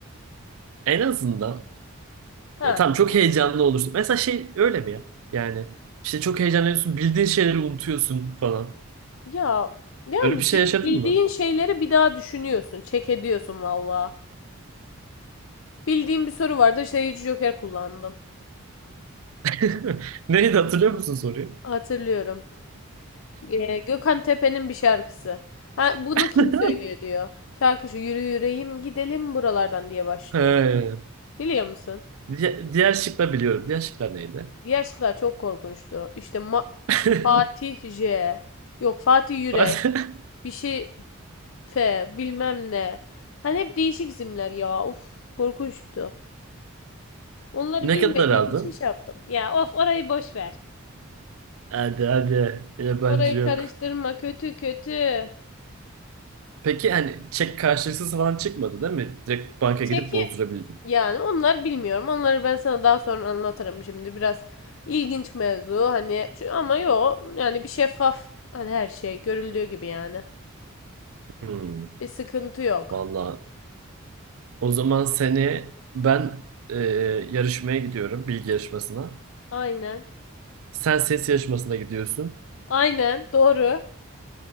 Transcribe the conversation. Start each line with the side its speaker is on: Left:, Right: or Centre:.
Right: en azından
Left: Ha.
Right: Ya tamam çok heyecanlı olursun. Mesela şey öyle mi ya? Yani işte çok heyecanlanıyorsun, bildiğin şeyleri unutuyorsun falan.
Left: Ya yani
Right: Öyle bir
Left: dü-
Right: şey yaşadın
Left: bildiğin
Right: mı?
Left: şeyleri bir daha düşünüyorsun. Çek ediyorsun valla. Bildiğim bir soru vardı. Seyirci Joker kullandım.
Right: <laughs> Neydi hatırlıyor musun soruyu?
Left: Hatırlıyorum. Ee, Gökhan Tepe'nin bir şarkısı. Ha, bunu
Right: <laughs>
Left: kim söylüyor diyor. Şarkı şu yürü yüreğim gidelim buralardan diye başlıyor.
Right: He.
Left: Biliyor musun?
Right: Di- Diğer şıkla biliyorum. Diğer şıklar neydi?
Left: Diğer şarkılar çok korkunçtu. İşte Ma-
Right: <laughs>
Left: Fatih J. Yok Fatih Yürek.
Right: Bas- <laughs>
Left: Bir şey F. Bilmem ne. Hani hep değişik isimler ya. Of korkunçtu. Onları
Right: Ne
Left: bilmediğim
Right: kadar aldın?
Left: için şey yaptım. Ya of orayı boş ver.
Right: Hadi hadi. Yabancı
Left: Orayı karıştırma
Right: yok.
Left: kötü kötü.
Right: Peki hani çek karşılıksız falan çıkmadı değil mi? Direkt banka
Left: Çekil.
Right: gidip bozdurabildin.
Left: Yani onlar bilmiyorum. Onları ben sana daha sonra anlatırım şimdi. Biraz ilginç mevzu hani çü- ama yok yani bir şeffaf hani her şey görüldüğü gibi yani.
Right: Hmm.
Left: Bir sıkıntı yok.
Right: Valla O zaman seni ben e, yarışmaya gidiyorum bilgi yarışmasına.
Left: Aynen.
Right: Sen ses yarışmasına gidiyorsun.
Left: Aynen doğru.